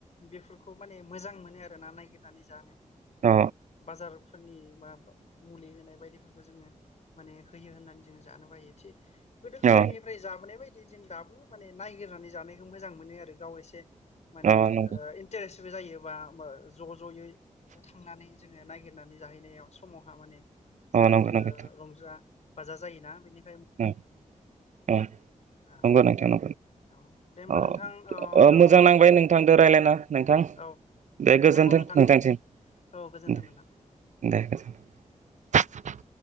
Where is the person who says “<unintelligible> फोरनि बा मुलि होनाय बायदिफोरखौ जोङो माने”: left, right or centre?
Left